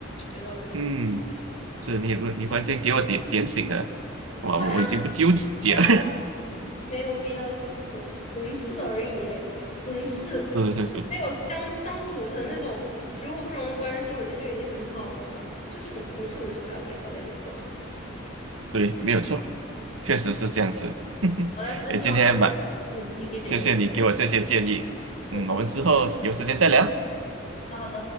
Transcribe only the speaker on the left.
有道理。
<laughs>
你说，
<laughs> 哈
哈。没有必要这样子，同事而已，哎，同事没有相相处成那种水火不容的关系，
我觉得就已经很好了。就同同事为什么要给好脸色？好
的，那希望都好，
嗯，你可以解决。
嗯，
那好。